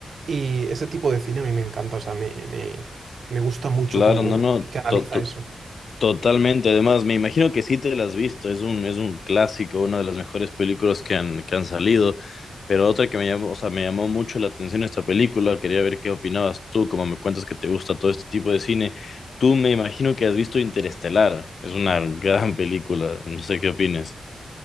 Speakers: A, on the right; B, on the left.
A: Y ese tipo de cine a mí me encanta, o sea, me, me, me gusta mucho
B: Claro,
A: como
B: no, no.
A: que analiza
B: to- to-
A: eso.
B: Totalmente, además me imagino que sí te la has visto, es un, es un clásico, una de las mejores películas que han, que han salido, pero otra que me llamó, o sea, me llamó mucho la atención esta película, quería ver qué opinabas tú, como me cuentas que te gusta todo este tipo de cine, tú me imagino que has visto Interestelar, es una gran película, no sé qué opines.